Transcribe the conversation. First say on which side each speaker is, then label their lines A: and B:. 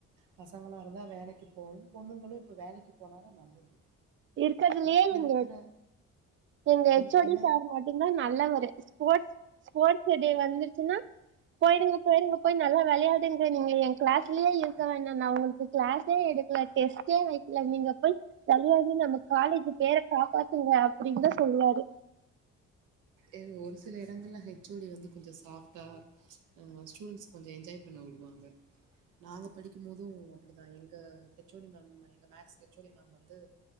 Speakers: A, on the right; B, on the right.
A: பசங்களா இருந்தா வேலைக்கு போவு பொண்ணுங்களு இப்ப வேலைக்கு போனாதா நல்லது
B: இருக்கதுலெயே
A: இப்ப
B: எங்க
A: இருக்கிற
B: எங்க எச்
A: என்
B: ஓ
A: என்ன
B: டி சார் மட்டுந்தா நல்லவரு ஸ்போர்ட்ஸ் ஸ்போர்ட்ஸ டே வந்து ச்சின்னா போயிடுங்க போயிடுங்க போய் நல்லா வெளையாடுங்க நீங்க ஏன் கிளாஸ்லயே இருக்கவேணா நா உங்களுக்கு கிளாஸே எடுக்கல டெஸ்டே வை க்கல நீங்க போய் வெளையா டுங்க நம்ம காலேஜு பேர காப்பாத்துங்க அப்டின்னுதா சொல்லுவாரு.
A: இது ஒரு சில எடங்கள்ல ஹெச் ஓ டி வந்து கொஞ்ச சாஃப்டா ஆ ஸ்டூடெண்ட்ஸ் கொஞ்ச என்ஜாய் பண்ண விடுவாங்க. நாங்க படிக்கும்போது அப்படிதா எங்க ஹெச் ஓ டி மேம் எங்க maths H O D ma'am வந்து